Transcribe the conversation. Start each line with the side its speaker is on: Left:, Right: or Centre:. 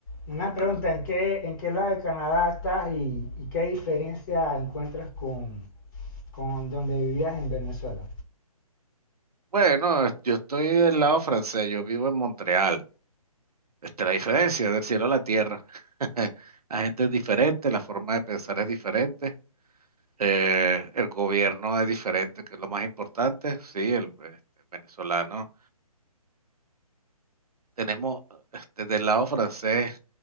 Left: una
Right: yo creo.
Left: pregunta, ¿en qué, en qué lado de Canadá estás y, y qué diferencia encuentras con, con donde vivías en Venezuela?
Right: Bueno, es- yo estoy del lado francés, yo vivo en Montreal. Esta es la diferencia del cielo a la tierra. <laughs> La gente es diferente, la forma de pensar es diferente, eh, el gobierno es diferente, que es lo más importante. Sí, el, este, venezolano. Tenemos este, del lado francés